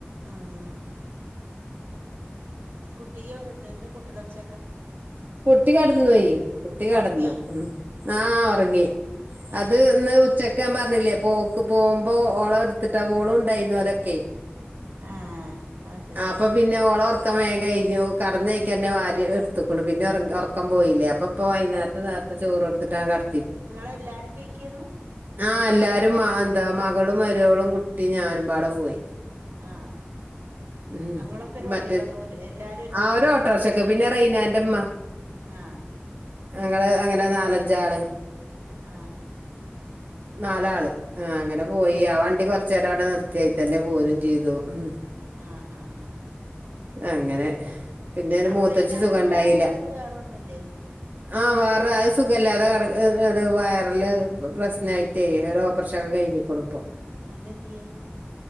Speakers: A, on the right; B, on the right.
A: ആ ഹ് കുട്ടി യോരോട്തര്ത് കുട്ടീടെ ഒച്ച
B: കുട്ടികിടനോയ് കുട്ടി കേ
A: ഉറങ്ങിയോ
B: ടന്നു ഉ ആ ഉറങ്ങി
A: ഏ
B: അത് ന്ന് ഉച്ച ക്കാൻ പറഞ്ഞില്ലേ പോക്ക് പോവു മ്പോ ഓള ടുത്തിട്ടാ വഓളും ഇ ണ്ടായിരുന്നു അലൊക്കെ
A: ആ അത് ശരി
B: അപ്പൊ പിന്നെ ഓള ഒ റക്കം വേഗ കഴഞ്ഞു കടന്ന കഴിക്കന്നെ വാ എടുത്ക്ണ് പിന്നെ ഒ റക്കം പോയില്ലേ അപ്പ ഇപ്പ വൈുന്നേരത്ത് നേരത്തെ ചോറ്ടുത്തിട്ടഅ കടതി
A: നിങ്ങള ല്ലാരും പെയകേനു
B: ആഹ് എല്ലാരും എന്താ മകളുംമാരോളും കുട്ടി ഞാനമ്പാടെ പോയി
A: ആ
B: മ്മ്
A: അങ്ങളൊക്കെ ഒരു വണ്ടിക്കോ
B: മറ്റേ
A: അതോ ഓല് എല്ലാരും വണ്ടിക്കോ
B: ആ ഒരു ഓട്ടോശ പിന്നെ റൈനാന്റെമ്മ
A: ആ
B: ഞങ്ങള് അങ്ങനെ നാലഞ്ചാള്
A: ആ
B: നാലാള് ആ അങ്ങനെ പോയി ആ വണ്ടി കൊറെ <inaudible> നിർത്തിയെ തന്ന പോരും ചെയ്തു ഉം
A: ആ ആ ആ
B: അങ്ങനെ
A: അത് ശരി
B: പിന്നെ ന്
A: അപ്പൊ
B: മൂ
A: റെയ്നാന്റെ
B: തഷ് സുഗണ്ടായില്ല
A: ഉമ്മ മാത്രേ ഉള്ളൂ വേറൊന്നുല്ലേ
B: ആ വേറെ സുഖയില്ലാതെ കടക്ക് അത് ത് വയറില് പ്രശ്നാ യിട്ടേ ഓപ്പർഷൊക്കെ കഴിഞ്ഞു പ്പോ <inaudible>
A: എന്തെറ്റി